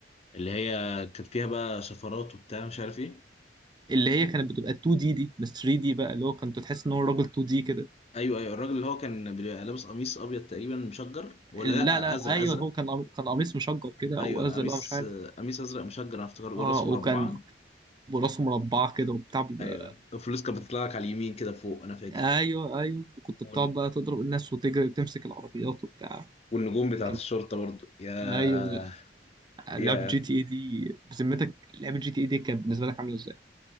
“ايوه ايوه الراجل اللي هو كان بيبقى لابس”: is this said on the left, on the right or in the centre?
Left